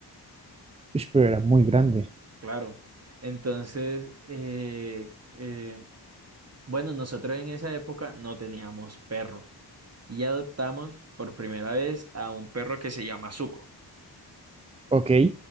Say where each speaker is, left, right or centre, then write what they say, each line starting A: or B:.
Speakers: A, on the right; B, on the right.
A: Uy, pero era muy grande.
B: claro. Entonces, eh, eh, bueno, nosotros en esa época no teníamos perro y adoptamos por primera vez a un perro que se llama Zuko.
A: Ok.